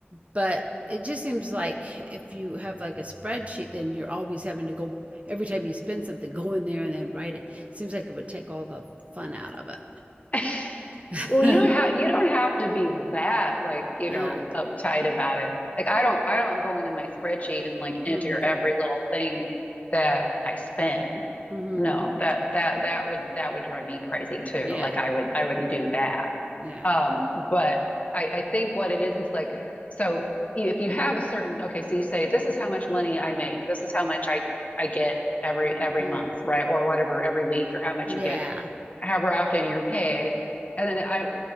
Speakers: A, on the right (about 35°); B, on the left (about 35°).
A: But it just seems like if you have like a spreadsheet, then you're always having to go every time you spend something, go in there and then write it. It Seems like it would take all the fun out of it.
B: <laughs>
A: <laughs>
B: Well,
A: uh,
B: you don't have you don't have to be that like, you
A: mm,
B: know, uptight about it. Like I don't I don't go into my spreadsheet and like enter
A: mm,
B: every little thing that I spend.
A: mhm.
B: No, that that that would that would drive me crazy too.
A: Yeah,
B: Like I would I wouldn't do that.
A: yeah.
B: Um, but I, I think what it is is like, so if you have a certain, okay, so you say, this is how much money I make, this is how much I, I get every every
A: hmm
B: month, right? Or whatever, every week, or how much
A: Yeah.
B: you get, however often you're paid. And then I,